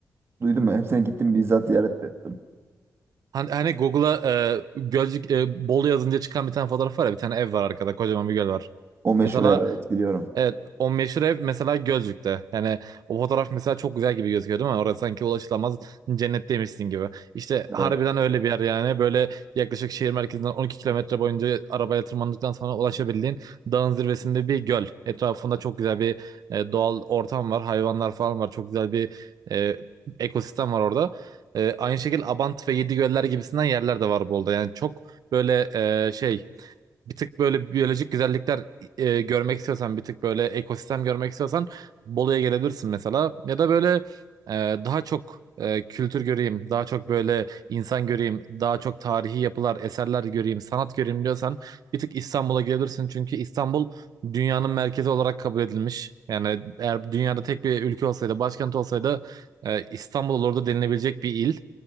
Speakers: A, on the right; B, on the right.
A: Duydum mu? Hepsine gittim bizzat ziyaret de ettim.
B: Hani, hani Google'a e, Gölcük e, Bolu yazınca çıkan bir tane fotoğraf var ya bir tane ev var arkada kocaman bir göl var.
A: O meşhur
B: Mesela
A: evet biliyorum.
B: Evet o meşhur ev mesela Gölcük'te. Yani o fotoğraf mesela çok güzel gibi gözüküyor değil mi? Orası sanki ulaşılamaz cennetteymişsin gibi. İşte harbiden
A: Evet.
B: öyle bir yer yani. Böyle yaklaşık şehir merkezinden 12 kilometre boyunca arabayla tırmandıktan sonra ulaşabildiğin dağın zirvesinde bir göl. Etrafında çok güzel bir e, doğal ortam var. Hayvanlar falan var. Çok güzel bir e, ekosistem var orada. E, aynı şekilde Abant ve Yedigöller gibisinden yerler de var Bolu'da. Yani çok böyle e, şey bir tık böyle biyolojik güzellikler e, görmek istiyorsan, bir tık böyle ekosistem görmek istiyorsan Bolu'ya gelebilirsin mesela. Ya da böyle e, daha çok e, kültür göreyim, daha çok böyle insan göreyim, daha çok tarihi yapılar, eserler göreyim, sanat göreyim diyorsan bir tık İstanbul'a gelebilirsin. Çünkü İstanbul dünyanın merkezi olarak kabul edilmiş. Yani eğer dünyada tek bir ülke olsaydı, başkent olsaydı e, İstanbul olurdu denilebilecek bir il.